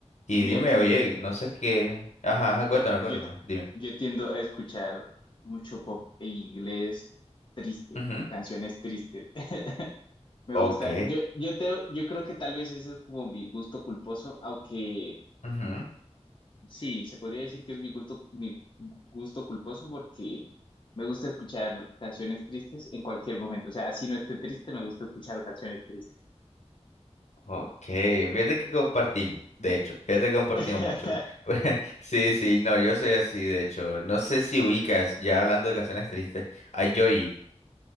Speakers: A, on the left; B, on the left.
A: Y
B: Mira
A: dime,
B: que
A: oye,
B: yo,
A: no sé qué. Ajá, ajá,
B: yo,
A: cuéntame, cuéntame,
B: yo,
A: dime.
B: yo tiendo a escuchar mucho pop en inglés triste,
A: Ujú.
B: canciones tristes. <laughs> Me
A: Ok.
B: gusta, yo, yo, te, yo creo que tal vez ese es como mi gusto culposo, aunque
A: Ujú.
B: Sí, se podría decir que es mi gusto, mi gusto culposo porque me gusta escuchar canciones tristes en cualquier momento. O sea, así no esté triste, me gusta escuchar canciones tristes.
A: Ok, fíjate que compartimos, de hecho, fíjate
B: <laughs>
A: que compartimos mucho. <laughs> Pues, sí, sí, no, yo soy así, de hecho. No sé si ubicas, ya hablando de canciones tristes, a Joji,